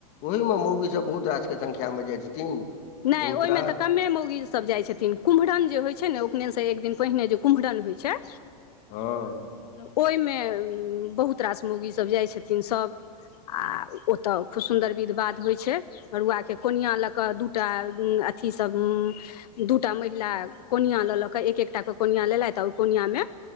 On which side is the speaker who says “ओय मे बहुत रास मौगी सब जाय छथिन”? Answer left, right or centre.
Left